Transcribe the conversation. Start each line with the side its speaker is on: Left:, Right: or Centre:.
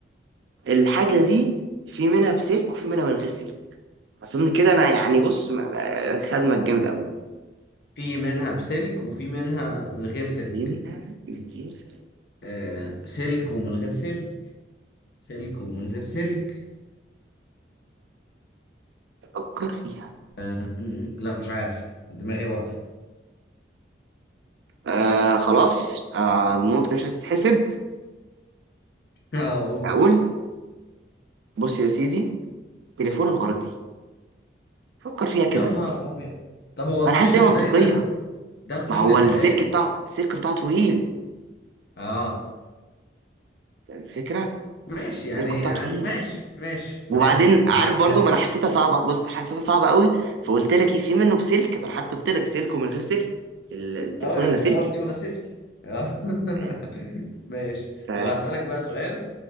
Right: الحاجه دي في منها بسلك وفي منها من غير سلك اظن كده انا يعني بص ما- ما- خدمك جامد قوي
Left: في منها بسلك وفي منها من غير سلك
Right: في منها من غير سلك
Left: آه سلك ومن غير سلك سلك ومن غير سلك
Right: فكر فيها
Left: م- م- لا مش عارف دماغي وقفت
Right: آه خلاص آه النقطة دي مش هتتحسب
Left: <laughs> اقول
Right: هقول بص يا سيدي تليفون الأرضي فكر فيها كده
Left: يا نهار ابيض طب هو طويل
Right: أنا حاسس هي
Left: ازاي
Right: منطقية
Left: ده ده طويل
Right: ما هو
Left: ازاي
Right: السلك بتاع السلك بتاعه طويل
Left: اه
Right: يعني الفكرة
Left: ماشي
Right: السلك
Left: يعني
Right: بتاعه
Left: يعني
Right: طويل
Left: ماشي ماشي ماشي
Right: وبعدين عارف
Left: هعديها
Right: برضو
Left: لك
Right: ما أنا حسيتها صعبة بص حسيتها صعبة قوي فقلت لك إيه، في منه بسلك ده أنا حتى قلت لك سلك ومن غير سلك ال- التليفون
Left: اه يعني
Right: اللاسلكي
Left: ارضي ولا سلك اه
Right: فاهم
Left: <laughs> ماشي
Right: ف
Left: طب هسألك بقى سؤال